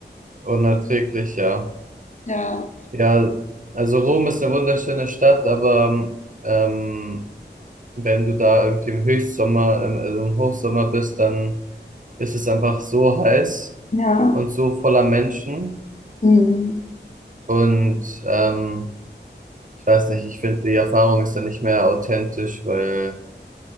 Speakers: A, on the right; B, on the left.
A: Unerträglich, ja.
B: Ja,
A: Ja, also Rom ist eine wunderschöne Stadt, aber ähm, wenn du da irgendwie im Höchstsommer, im, also im Hochsommer bist, dann ist es einfach so heiß
B: ja.
A: und so voller Menschen.
B: Mhm.
A: Und ähm, ich weiß nicht, ich finde, die Erfahrung ist dann nicht mehr authentisch, weil,